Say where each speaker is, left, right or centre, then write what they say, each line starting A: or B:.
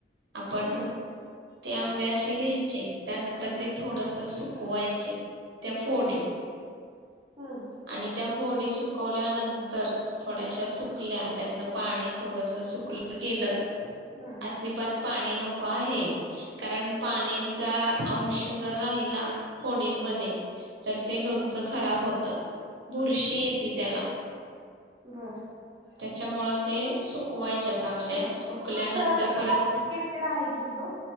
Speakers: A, on the right; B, on the right.
A: आपण,
B: हम्म
A: ते आंबे असे घ्यायचे, त्यानंतर ते थोडंसं सुकवायचे. त्या फोडी.
B: हम्म हम्म
A: आणि तोव थोडी सुकवल्यानंतर, थोड्याशा सुकल्या, त्यातलं पाणी थोडंसं सुकलं गेलं
B: हम्म
A: आती पात पाणी नको आहे. कारण पाणीचा अंश जर राहिला. फोडींमध्ये,
B: हम्म
A: तर ते लोणचं. खराब होत् तं बुरशी येते त्याला.
B: घर
A: त्याच्यामूळं ते सुक कवायच्या चांगल्या.
B: ते
A: सुकल्यानंतर
B: खूपच जरा असं
A: परत,
B: कॉम्प्लिकेटेड आहे की ग